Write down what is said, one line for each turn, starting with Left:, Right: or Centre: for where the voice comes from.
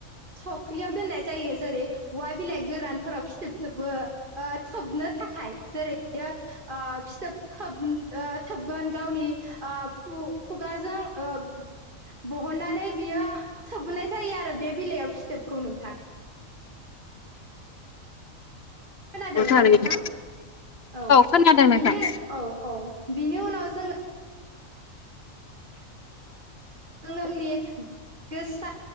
Right: थावख्रियाव दोननाय जायो जेरै औवा बिलाइ गोरानफोराव फिथोबो ओ थोबनो थाखाय जेरैयो फिथोब थोबगोन गावनि आ खु खुगाजों ओ बहननानै बियो थोबबोनाय जायो आरो बे बिलाइयाव फिथोबखौ नोंथां खोनादोंना
Left: थारैनो
Right: नोंथां औ
Left: खोनादों
Right: बिनो
Left: नोंथां
Right: औ औ बिनि उनाव जोङो नोंनि गोसा